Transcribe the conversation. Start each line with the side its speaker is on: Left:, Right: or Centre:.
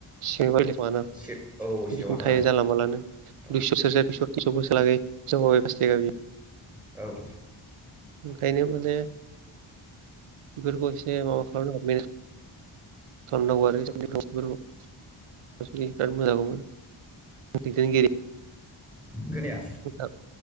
Right: सि लफाना <unintelligible>
Centre: से औ सेवाथ'
Right: बिथिं थायो
Centre: आरो
Right: जाानला मालानो
Centre: औ
Right: दुइस' सेरसेा दुइस' तिनस' बोसाोरलागै जोंबावै फास थगा बियो
Centre: औ
Right: ओंखायनो मा म बेफोरखौ एसे माबा खालामनो हरबाय मेनेज <unintelligible> बिराद मोजां गौमोन दैदेनगिरि
Centre: खोनाया
Right: नोंथां